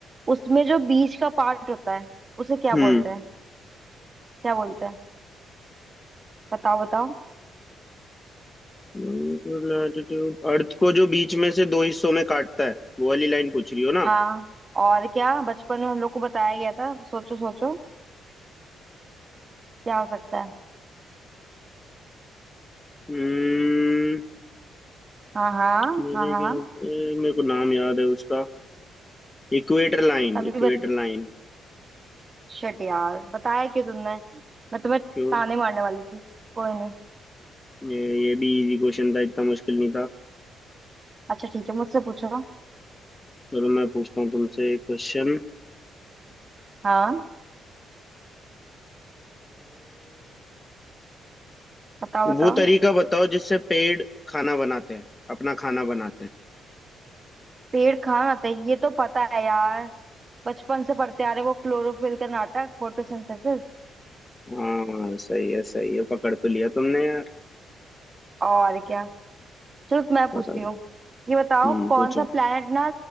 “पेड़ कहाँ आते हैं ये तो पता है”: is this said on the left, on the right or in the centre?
Right